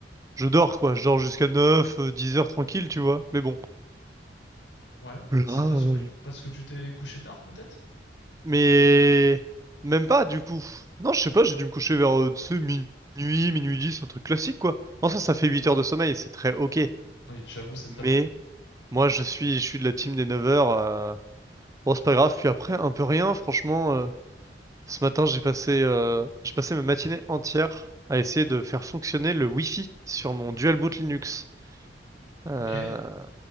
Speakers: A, on the right; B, on the left.
A: je dors quoi. Je dors jusqu'à 9, euh, 10 heures tranquille, tu vois. Mais bon.
B: ouais.
A: Là,
B: C'est parce
A: euh,
B: que, parce que tu t'es couché tard, peut-être?
A: Mais même pas du coup. Non, je sais pas, j'ai dû me coucher vers euh, tu sais, minuit, minuit 10, un truc classique quoi. En soi, ça fait 8 heures de sommeil, c'est très ok.
B: Oui, j'avoue, c'est très
A: Mais
B: bien.
A: Moi, je suis, je suis de la team des 9 heures. euh, Bon, c'est pas grave. Puis après, un peu rien. Franchement, euh, ce matin, j'ai passé, euh, j'ai passé ma matinée entière à essayer de faire fonctionner le Wi-Fi sur mon dual boot Linux. Euh,
B: Ok,